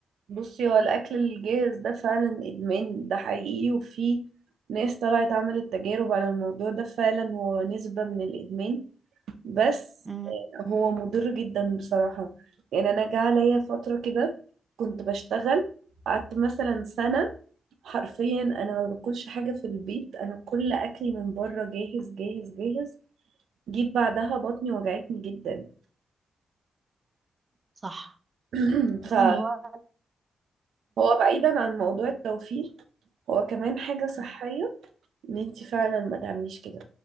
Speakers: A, on the right; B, on the right.
A: بصي هو الأكل الجاهز ده فعلا إدمان ده حقيقي وفي ناس طلعت عملت تجارب على الموضوع ده فعلا هو نسبة من الإدمان بس
B: امم
A: آه، هو مضر جدا بصراحة يعني أنا جه عليا فترة كده كنت بشتغل قعدت مثلا سنة حرفيا أنا ما باكلش حاجة في البيت أنا كل أكلي من بره جاهز جاهز جاهز جيت بعدها بطني وجعتني جدا
B: صح
A: <clears throat>
B: اصلا اللي هو
A: فهو بعيدا عن موضوع التوفير هو كمان حاجة صحية
B: امم
A: ان انت فعلا ما تعمليش كده